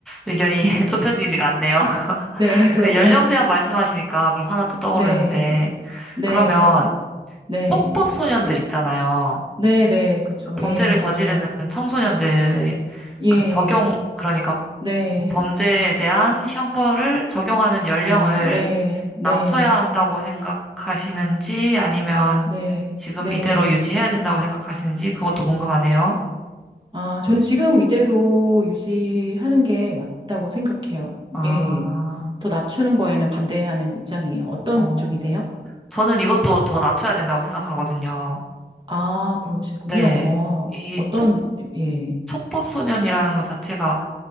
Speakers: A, in the centre; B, on the right.
A: 의견이 <laughs> 좁혀지지가 않네요. <laughs>
B: 네, 그렇네요.
A: 그 연령 제한 말씀하시니까 그럼 하나 또 떠오르는데,
B: 네, 네,
A: 그러면
B: 네.
A: 폭법 소년들 있잖아요.
B: 네네, 그쵸.
A: 그 범죄를
B: 예,
A: 저지르는
B: 요즘에.
A: 청소년들,
B: 예,
A: 그 적용, 그러니까
B: 네.
A: 범죄에 대한 형벌을 적용하는 연령을
B: 아, 네, 네,
A: 낮춰야 한다고 생각하시는지, 아니면
B: 네,
A: 지금
B: 네.
A: 이대로 유지해야 된다고 생각하시는지, 그것도 궁금하네요.
B: 아, 저는 지금 이대로 유지하는 게 맞다고 생각해요.
A: 아,
B: 예. 더 낮추는 거에는 반대하는 입장이에요. 어떤
A: 어,
B: 쪽이세요?
A: 저는 이것도 더 낮춰야 된다고 생각하거든요.
B: 아, 그러시군요.
A: 네,
B: 어,
A: 이
B: 어떤,
A: 촉,
B: 예.
A: 촉법소년이라는 것 자체가,